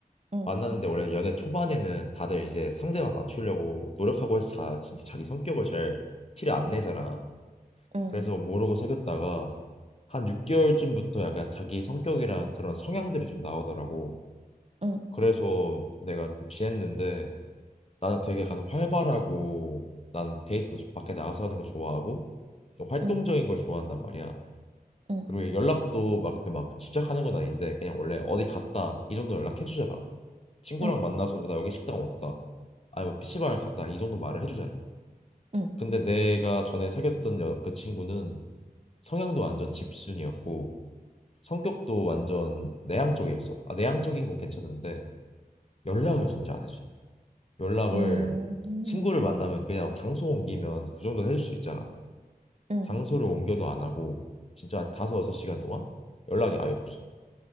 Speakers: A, on the right (about 45°); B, on the left (about 45°).
A: 응,
B: 만났는데 원래 연애 초반에는 다들 이제 상대방 맞추려고 노력하고 해서 자, 진짜 자기 성격을 잘 티를 안 내잖아.
A: 응,
B: 그래서 모르고 사귀었다가 한 6개월쯤부터 약간 자기 성격이랑 그런 성향들이 좀 나오더라고.
A: 응,
B: 그래서 내가 좀 지냈는데 나는 되게 약간 활발하고 난 데이트도 좀 밖에 나가서 하는 거 좋아하고 좀 활동적인
A: 응,
B: 걸 좋아한단 말이야.
A: 응,
B: 그리고 연락도 막 이렇게 막 집착하는 건 아닌데 그냥 원래 어디 갔다 이 정도 연락해 주잖아. 친구랑
A: 응,
B: 만나서 나 여기 식당 왔다. 아니 뭐 PC방을 갔다 이 정도 말을 해 주잖아.
A: 응, 응,
B: 근데 내가 전에 사귀었던 여- 그 친구는 성향도 완전 집순이었고 성격도 완전 내향적이었어. 아 내향적인 건 괜찮은데 연락을 진짜 안 했어. 연락을
A: 응,
B: 친구를 만나면 그냥 장소 옮기면 그 정도는 해줄 수 있잖아.
A: 응.
B: 장소를 옮겨도 안 하고 진짜 한 다섯 여섯 시간 동안 연락이 아예 없어.